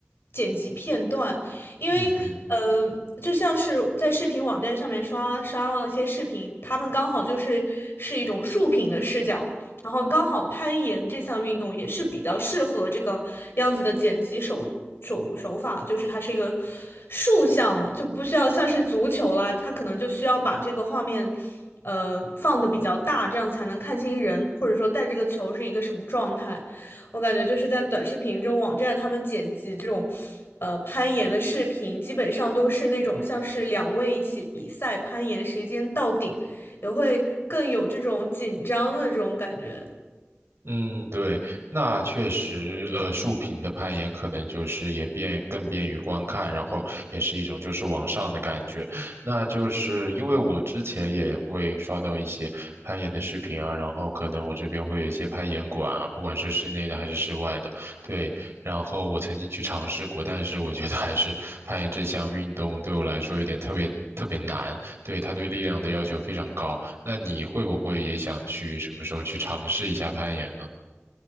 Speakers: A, on the left; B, on the right.
A: 剪辑片段，因为呃，
B: 嗯哼。
A: 就像是在视频网站上面刷刷到一些视频，他们刚好就是是一种竖屏的视角，然后刚好攀岩这项运动也是比较适合这个样子的剪辑手手手法，就是它是一个竖向的，就不需要像是足球啦，它可能就需要把这个画面，呃，放的比较大，这样才能看清人，或者说带这个球是一个什么状态。我感觉就是在短视频这种网站，他们剪辑这种。呃，攀岩的视频基本上都是那种像是两位一起比赛攀岩，谁先到顶，也会更有这种紧张的这种感觉。
B: 嗯，对，那确实，呃，竖屏的攀岩可能就是也便更便于观看，然后也是一种就是往上的感觉。那就是因为我之前也会刷到一些攀岩的视频啊，然后可能我这边会有一些攀岩馆啊，不管是室内的还是室外的，对。然后我曾经去尝试过，但是我觉得还是攀岩这项运动对我来说有点特别特别难，对，它对力量的要求非常高。那你会不会也想去什么时候去尝试一下攀岩呢？